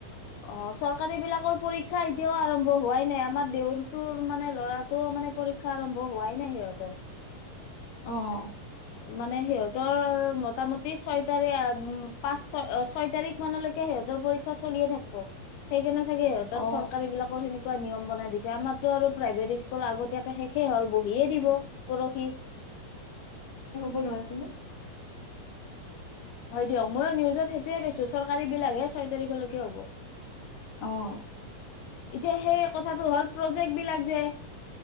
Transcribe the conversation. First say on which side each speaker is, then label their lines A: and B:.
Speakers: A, on the left; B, on the left.
A: অ চৰকাৰী বিলাকৰ পৰীক্ষা এতিয়াও আৰম্ভ হোৱাই নাই। আমাৰ দেউৰ তোৰ মানে ল'ৰাটো মানে পৰীক্ষা আৰম্ভ হোৱাই নাই সিহঁতৰ।
B: অৱ।
A: মানে সিহঁতৰ মোটামুটি ছয় তাৰিখ পাঁচ ছয় ছয় তাৰিখ মানলৈকে <unintelligible> সিহঁতৰ পৰীক্ষা চলিয়ে থাকিব। সেইকাৰণে চাগে সিহঁতৰ
B: অ
A: চৰকাৰী বিলাকৰ সেনেুৱা নিয়ম বনাই দিছে আমাৰতো আৰু প্ৰাইভেট স্কুল আগতিয়া শেষে হ'ল বহিয়ে দিব, পৰখি।
B: কৰ ল'ৰা আছিলে?
A: হয় দিয়ক। মই নিউজত সেইটোৱে পাইছো চৰকাৰী বিলাক ছয় তাৰিখলৈকে হ'ব।
B: অৱ।
A: এতিয়া সেই কথাটো হ'ল প্ৰজেক্ট বিলাক যে